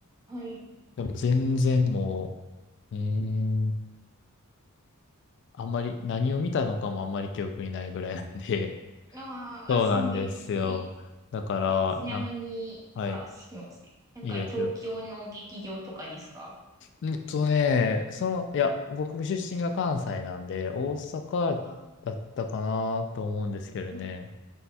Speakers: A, on the right (about 15°); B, on the left (about 55°).
A: はい。
B: でも全然もう、うーん、あんまり何を見たのかもあんまり記憶にないぐらいなんで、
A: あーあ、
B: そうなんですよ。
A: そうなんですね。
B: だから、
A: え、ちなみに、
B: なんか、はい、
A: あ、すみません。なんか東京の劇場とかですか
B: いいですよ。うんとね、その、いや、僕出身が関西なんで、大阪だったかなと思うんですけどね。
A: あ、うん。